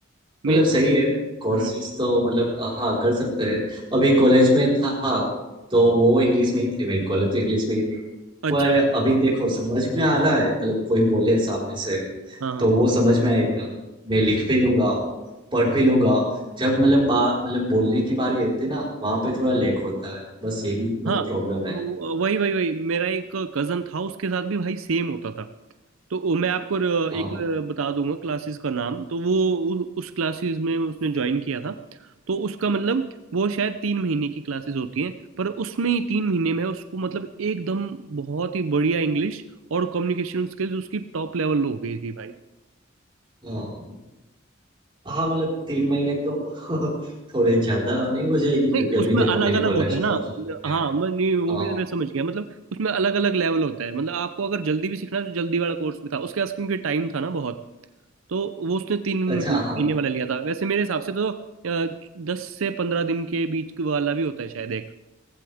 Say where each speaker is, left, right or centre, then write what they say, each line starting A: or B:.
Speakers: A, on the right; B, on the right.
A: मैं
B: मतलब सही है कोर्सेज
A: हम्म
B: तो मतलब हाँ कर सकते हैं अभी कॉलेज में था तो वो इंग्लिश में ही थे मेरी कॉलेज तो इंग्लिश में ही थी
A: अच्छा
B: पर अभी देखो समझ में आ रहा है मतलब कोई बोले सामने से
A: हाँ हाँ
B: तो वो समझ में आएगा मैं लिख भी लूंगा पढ़ भी लूंगा जब मतलब बा मतलब बोलने की बारी आती है ना वहां पे थोड़ा लैक होता है बस यही मतलब
A: हाँ
B: प्रॉब्लम है
A: वो- वही वही वही मेरा एक कजन था उसके साथ भी भाई सेम होता था तो वो- मैं आपको र-
B: हाँ
A: एक बता दूंगा क्लासेस का नाम तो वो उ, उस क्लासेस में उसने ज्वाइन किया था तो उसका मतलब वो शायद तीन महीने की क्लासेस होती हैं पर उसमें ही तीन महीने में उसको मतलब एकदम बहुत ही बढ़िया इंग्लिश और कम्युनिकेशन स्किल्स उसकी टॉप लेवल हो गई थी भाई
B: हाँ हाँ मतलब तीन महीने तो <laughs> थोड़े ज्यादा नहीं हो जाएगी क्योंकि
A: नहीं
B: अभी
A: उसमें
B: देखो
A: अलग
B: मेरी
A: अलग
B: कॉलेज
A: होता है ना
B: तो खत्म है
A: हाँ मैं नहीं वो
B: हाँ
A: भी मैं समझ गया मतलब उसमें अलग अलग लेवल होता है मतलब आपको अगर जल्दी भी सीखना है तो जल्दी वाला कोर्स भी था उसके पास क्योंकि टाइम था ना बहुत तो वो उसने तीन
B: अच्छा
A: महीने
B: हाँ
A: महीने वाला लिया था वैसे मेरे हिसाब से तो अ, दस से पंद्रह दिन के बीच के वाला भी होता है शायद एक